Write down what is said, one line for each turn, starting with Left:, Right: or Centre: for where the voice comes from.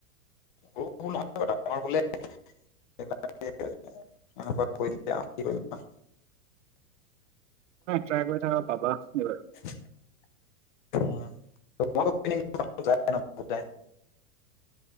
Left: ৰু নহ আম বোলে <unintelligible> কৰি কি কৰি
Right: ট্ৰাই কৰি থাক পাবা এইবাৰ
Left: অ <unintelligible>